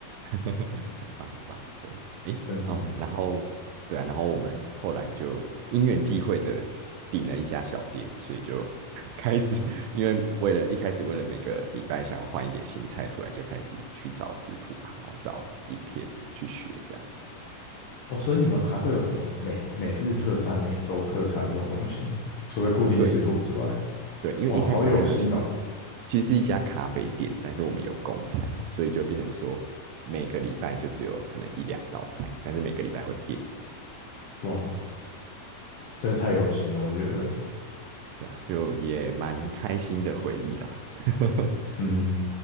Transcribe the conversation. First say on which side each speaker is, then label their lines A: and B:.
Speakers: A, on the right (about 80°); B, on the left (about 75°).
A: 很棒，很棒。对，诶，
B: 真的，
A: 哦，然后对啊，然后我们后来就因缘际会的订了一家小店，所以就 <laughs> 开始，因为为了一开始为了每个礼拜想要换一点新菜出来，就开始去找食谱啊，然后找影片去学这样。
B: 哦，所以你们还会有什么每每日特餐、每周特餐这种东西？除了固定食谱之外，
A: 对对，因为一开始那个其实
B: 哇，好有心哦！
A: 其实是一家咖啡店，但是我们有供餐，所以就变成说每个礼拜就只有可能一两道菜，但是每个礼拜会变，
B: 哇，真的太有心了，我觉得。
A: 对啊，就也蛮开心的回忆啦。<laughs>
B: 嗯，